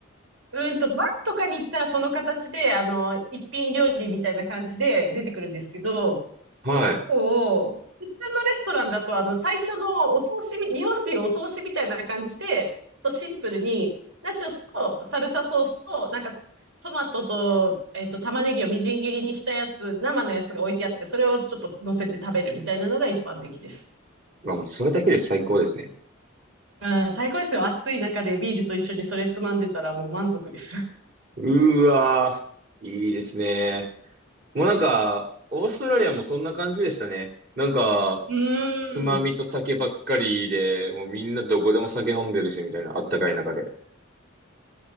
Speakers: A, on the right; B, on the right.
A: うーんと、バーとかに行ったらその形で、あの、一品料理みたいな感じで出てくるんですけど、
B: はい。
A: 構、普通のレストランだと、あの、最初のお通しみ、日本でいうお通しみたいな感じで、とシンプルに、ナチョスとサルサソースと、なんか、トマトと、えっと、玉ねぎをみじん切りにしたやつ、生のやつが置いてあって、それをちょっと乗せて食べるみたいなのが一般的です。
B: まあ、もうそれだけで最高ですね。
A: うん、最高ですよ。暑い中でビールと一緒にそれつまんでたらもう満足です。<laughs>
B: うーわー、いいですね。もうなんか、オーストラリアもそんな感じでしたね。なんか、
A: うーん。
B: つまみと酒ばっかりで、もうみんなどこでも酒飲んでるし、みたいな、あったかい中で。